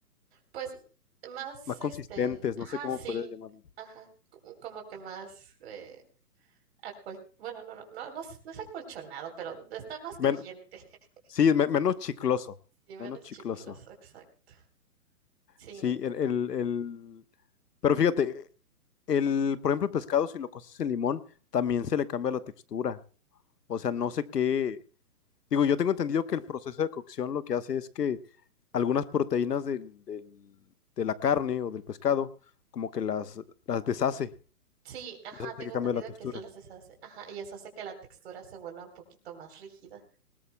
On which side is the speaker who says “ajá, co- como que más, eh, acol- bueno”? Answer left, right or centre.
Right